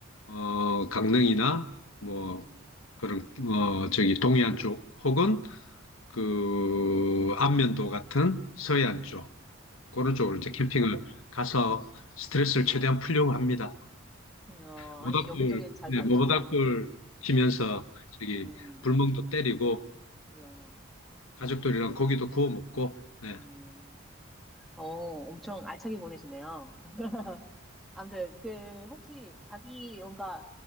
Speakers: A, on the left (about 85°); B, in the centre.
A: 어, 강릉이나 뭐,
B: 음,
A: 그런, 어, 저기 동해안 쪽 혹은 그 안면도 같은 서해안 쪽, 그런
B: 음,
A: 쪽으로
B: 음.
A: 이제 캠핑을 가서 스트레스를 최대한 풀려고 합니다.
B: 이야,
A: 모닥불,
B: 아니, 여기저기 잘
A: 네,
B: 다니시네요.
A: 뭐 모닥불 피면서
B: 음,
A: 저기
B: 음,
A: 불멍도 때리고
B: 이야.
A: 가족들이랑 고기도 구워 먹고, 네.
B: 음, 어, 엄청 알차게 보내시네요. <laughs> 아무튼, 그, 혹시 자기 뭔가